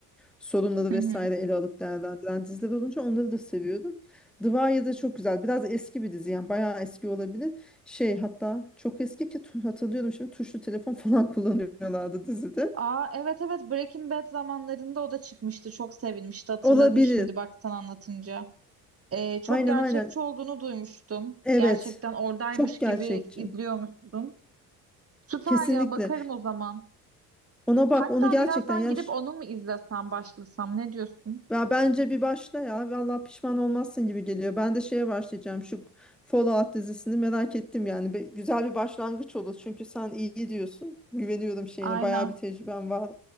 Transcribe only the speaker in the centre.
sorunları
vesaire
ele alıp değerlendiren diziler olunca onları da seviyorum. The Wire da çok güzel. Biraz eski bir dizi yani bayağı eski olabilir. Şey hatta çok eski ki tu- hatırlıyorum şimdi tuşlu telefon falan <laughs> kullanıyorlardı dizide.
Olabilir.
Aynen
aynen.
Evet.
Çok gerçekçi.
Kesinlikle.
Ona
bak onu gerçekten
ya
Ya bence bir başla ya. Vallahi pişman olmazsın gibi geliyor. Ben de şeye başlayacağım. Şu Fallout dizisini merak ettim yani. Be- güzel bir başlangıç olur. Çünkü sen iyi diyorsun. Güveniyorum şeyine.
Bayağı bir tecrüben var.